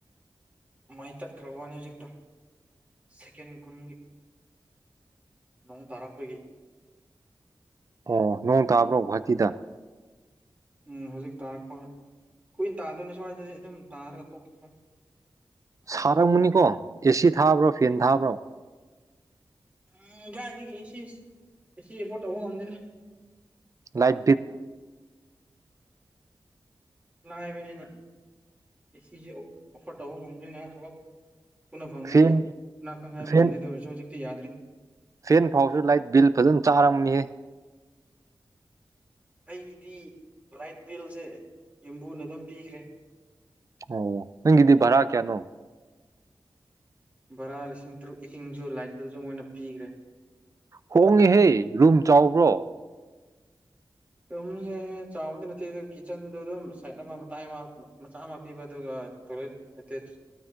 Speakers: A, on the right; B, on the right.
A: ꯃꯥꯏ ꯇꯠꯈ꯭ꯔꯕꯅꯤ ꯍꯧꯖꯤꯛꯇꯣ ꯁꯦꯀꯦꯟ ꯀꯨꯟꯒꯤ ꯅꯣꯡ ꯇꯔꯥꯐ ꯂꯩ
B: ꯑꯣ ꯅꯣꯡ ꯇꯥꯕ꯭ꯔꯣ ꯒꯤꯍꯥꯇꯤꯗ
A: ꯎꯝ ꯍꯧꯖꯤꯛ ꯇꯥꯔꯛꯄ ꯀꯨꯏꯅ ꯇꯥꯗꯣꯏꯅꯤ ꯁ꯭ꯋꯥꯏꯗꯗꯤ ꯑꯗꯨꯝ ꯇꯥꯔꯒ ꯇꯣꯛꯈꯤꯕ
B: ꯁꯔꯝꯅꯤꯀꯣ ꯑꯦꯁꯤ ꯊꯥꯕ꯭ꯔꯣ ꯐꯦꯟ ꯊꯥꯕ꯭ꯔꯣ
A: ꯎꯝ ꯀꯥꯏꯗꯒꯤ ꯑꯦꯁꯤ ꯑꯦꯁꯤ ꯑꯦꯐꯣꯔꯠ ꯇꯧꯕ ꯉꯝꯗꯦꯔ
B: ꯂꯥꯏꯠ
A: ꯂꯥꯏꯕꯅꯤꯅ ꯑꯦꯁꯤꯁꯦ ꯑꯣꯐꯔ ꯇꯧꯕ ꯉꯝꯗ꯭ꯣꯏꯅꯦ ꯊꯕꯛ ꯎꯠꯅ ꯐꯪꯉꯗꯤꯅꯥꯀꯪ
B: ꯐꯦꯟ
A: ꯍꯥꯏꯕ
B: ꯐꯦꯟ
A: ꯉꯝꯗꯦꯗ ꯑꯣꯏꯔꯁꯨ ꯍꯧꯖꯤꯛꯇꯤ ꯌꯥꯗ꯭ꯔꯤ
B: ꯐꯦꯟ ꯐꯥꯎꯁꯨ ꯂꯥꯏꯠ ꯕꯤꯜ ꯐꯖꯅ ꯆꯥꯔꯝꯅꯤꯌꯦ
A: ꯑꯩꯒꯤꯗꯤ ꯂꯥꯏꯠ ꯕꯤꯜꯁꯦ ꯌꯨꯝꯕꯨꯅ ꯑꯗꯨꯝ ꯄꯤꯈ꯭ꯔꯦ
B: ꯑꯣ ꯅꯪ ꯏꯗꯤ ꯚꯔꯥ ꯀꯌꯥꯅꯣ
A: ꯚꯔꯥ ꯂꯤꯁꯤꯡ ꯇꯔꯨꯛ ꯏꯁꯤꯡꯁꯨ ꯂꯥꯏꯠ ꯕꯤꯜꯁꯨ ꯃꯣꯏꯅ ꯄꯤꯈ꯭ꯔꯦ
B: ꯍꯣꯡꯉꯦꯍꯦ ꯔꯨꯝ ꯆꯥꯎꯕ꯭ꯔꯣ
A: ꯔꯨꯝꯁꯦ ꯆꯥꯎꯕꯗꯤ ꯅꯠꯇꯦ ꯑꯗꯨ ꯀꯤꯠꯆꯟꯗ ꯑꯗꯨꯝ ꯁꯥꯏꯠ ꯑꯃ ꯃꯇꯥꯏ ꯑꯃ ꯃꯆꯥ ꯑꯃ ꯄꯤꯕ ꯑꯗꯨꯒ ꯇꯣꯏꯂꯦ ꯑꯦꯇ